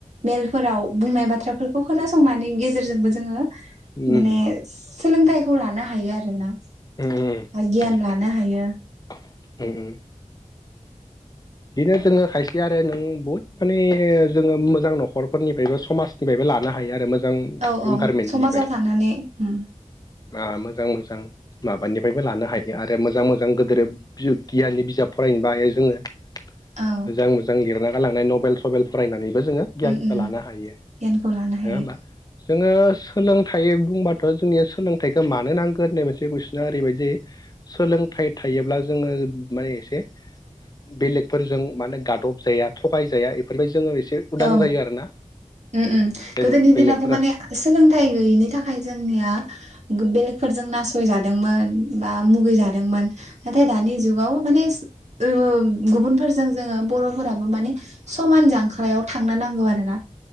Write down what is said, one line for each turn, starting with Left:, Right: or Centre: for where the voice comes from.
Right: मेलफोराव बुंनाय बाथ्राफोरखौ खोनासंनायनि गेजेरजोंबो जोङो
Left: उम
Right: माने सोलोंथाइखौ लानो हायो आरो ना।
Left: उम
Right: बा गियान
Left: उम
Right: लानो हायो।
Left: उम उम दिनो जोङो खायसे आरो नों बहुद माने जोङो मोजां न'खरफोरनिफ्रायबो समाजनिफायबो लानो हायो आरो मोज जां
Right: औ औ
Left: इनभारमेन्टनिफाय
Right: समाजाव थानानै उम
Left: बा मोजां-मोजां माबानिफायबो लानो हायो आरो मोजां-मोजां गोदोर <unintelligible> गियाननि बिजाब फरायनोबो हायो जोङो।
Right: औ
Left: मोजां मोजां लिरना गालांनाय नबेल सबेल फरायनानै बो जोंङो गियानखो
Right: उम उम
Left: लानो हायो नोंङा
Right: गियानखौ लानो हायो
Left: होमबा जोंङो सोलोंथाइ बुंबा थ' जोंनिया सोलोंथाइखो मानो नांगोन होननाय मोनसे कुइसना ओरैबायदि जायो सोलोंथाइ थायोब्ला जोंङो ओब माने एसे बेलेक फोरजों मानो गादब जाया थ'खाय जाया इफोरनिफाय जोंङो एसे उदां
Right: औ
Left: जायो आरोना
Right: उम उम
Left: जेन
Right: गोदोनि
Left: बेलेगफोरा
Right: दिनावथ' माने सोलोंथाइ गैयैनि थाखाय जोंनिया गो बेलेग फोरजों नासयजादोंमोन बा मुगै जादोंमोन। नाथाय दानि जुगाव माने उम गुबुनफोरजों जोङो बर' फोराबो माने समान जांख्लायाव थांनो नांगौ आरो ना।